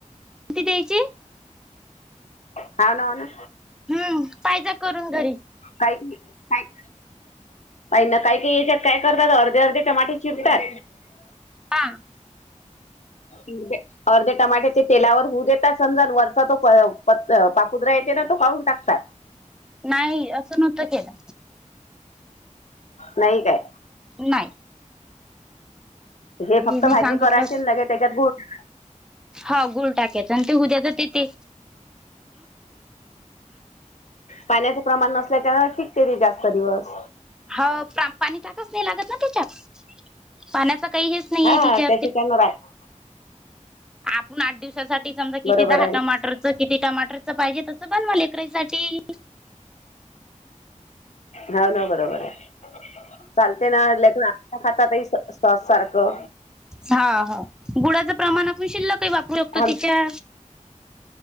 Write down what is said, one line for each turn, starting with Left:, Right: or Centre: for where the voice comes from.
Centre: किती द्यायचे.
Left: होन ना,
Centre: हम्म पाहिजा करून घरी
Left: काही क काही. काही हेच्यात काय करतात, अर्धे अर्धे टमाटर चिरतात.
Centre: हां..
Left: अ अर्धे टमाटे ते तेलावर होऊ देतात, समजा वरचा तो. प पापुद्रा येते ना, तो काढून टाकतात.
Centre: नाही असं नव्हत केलं.
Left: नाही काय.
Centre: नाही.
Left: हे फक्त
Centre: मी
Left: भाजी
Centre: सांगितलं
Left: करायची लगे, त्याच्यात गुंड
Centre: हांव गुळ टाकायचं आणि ते उद्याच ते ते.
Left: पाण्याचे प्रमाण नसल्याच्यान टिकते ती जास्त दिवस.
Centre: हो पाणी टाकच नाही लागत ना, तिच्यात पाण्याच काही हेच नाहीये
Left: हा
Centre: तिच्या.
Left: <unintelligible>
Centre: आपण आठ दिवसासाठी समजा, किती
Left: बरोबर
Centre: दहा
Left: आहे
Centre: टमाटर. किती टमाटरच पाहिजे, तस बनवा लेकरान साठी.
Left: ह ना बरोबर आहे चालते ना, लेकर आ खातातही सॉस सारखं.
Centre: हा हा गुडाचं प्रमाण आपण शिल्लक काही वापरू शकतो
Left: आम-
Centre: तिच्या.